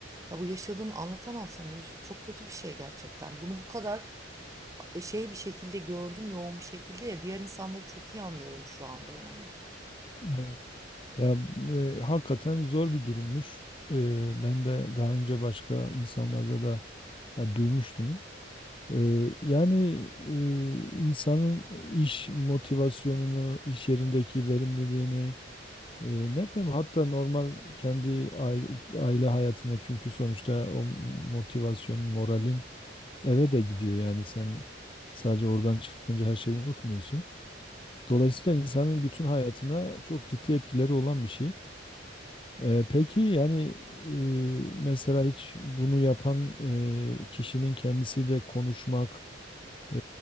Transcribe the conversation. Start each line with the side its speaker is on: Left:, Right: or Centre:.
Right: ya bu yaşadığımı anlatamam sana Yusuf. Çok kötü bir şey gerçekten. Bunu bu kadar ha- e, şey bir şekilde gördüm yoğun bir şekilde ya diğer insanları çok iyi anlıyorum şu anda yani.
Left: Evet. Ya e, hakikaten zor bir durummuş. E, ben de daha önce başka insanlarda da ya, duymuştum. E, yani e, insanın iş motivasyonunu, iş yerindeki verimliliğini, e, ne bileyim hatta normal kendi aile, aile hayatına çünkü sonuçta o motivasyonun, moralin eve de gidiyor. Yani sen sadece oradan çıkınca her şeyi unutmuyorsun. Dolayısıyla insanın bütün hayatına çok ciddi etkileri olan bir şey. Ee, peki yani e, mesela hiç bunu yapan e, kişinin kendisiyle konuşmak e,